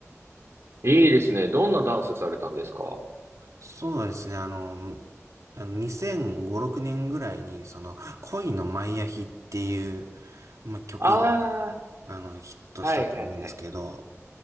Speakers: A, on the right (about 55°); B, on the right (about 80°).
A: いいですね。どんなダンスされたんですか
B: そうですね。あの、あの2005、6年ぐらいに、その、恋のマイアヒっていう、まあ、曲が、
A: ああ
B: あの、ヒットしたと思うんですけど、
A: ー、はい、はい、はい。